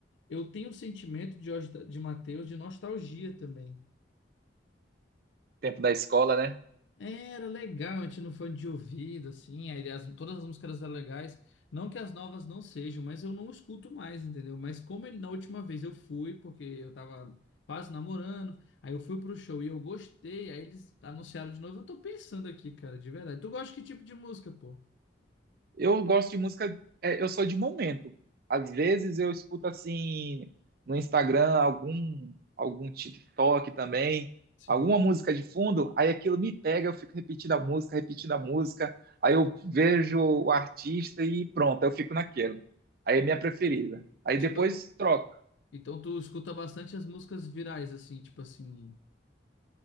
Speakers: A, on the left; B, on the right.
A: eu tenho o sentimento de Jorge de Mateus de nostalgia também.
B: Tempo da escola, né?
A: É, Era legal, a gente não foi de ouvido, assim, aí as- todas as músicas eram legais. Não que as novas não sejam, mas eu não escuto mais, entendeu? Mas como ele, na última vez eu fui, porque eu tava quase namorando, aí eu fui pro show e eu gostei, aí eles anunciaram de novo. Eu tô pensando aqui, cara, de verdade. Tu gosta de que tipo de música, pô?
B: Eu gosto de música, é, eu sou de momento. Às vezes eu escuto assim no Instagram algum algum TikTok também,
A: Sim.
B: alguma música de fundo, aí aquilo me pega, eu fico repetindo a música, repetindo a música, aí eu vejo o artista e pronto, eu fico naquilo. Aí é minha preferida. Aí
A: Tipo,
B: depois troco.
A: então tu escuta bastante as músicas virais, assim, tipo assim.